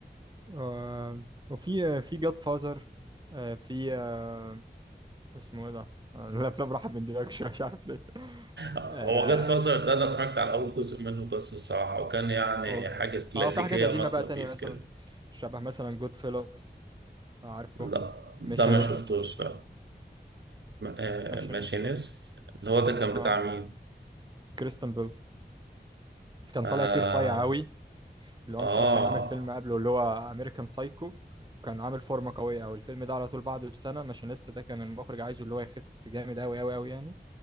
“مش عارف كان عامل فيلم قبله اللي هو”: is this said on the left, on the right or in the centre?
Right